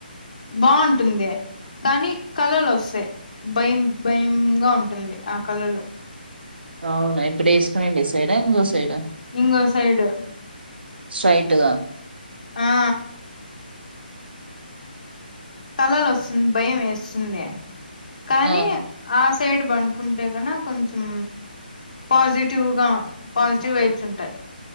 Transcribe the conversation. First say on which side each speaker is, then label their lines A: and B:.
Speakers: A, on the left; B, on the right.
A: బాగుంటుంది కానీ కళలు వస్తాయి భయం భయమ్గా ఉంటుంది ఆ కళలు
B: అవునా ఇప్పుడ <unintelligible> సైడ ఇంగొ సైడ్
A: ఇంగో సైడు
B: స్ట్రైటూగా
A: ఆ కళలు ఒస్తుంది భయం ఎస్తుంది కానీ
B: ఆ
A: ఆ సైడ్ బంకుంటే కని కొంచెం పాజిటివ్గా పాజిటివ్ వైబ్స్ ఉంటాయి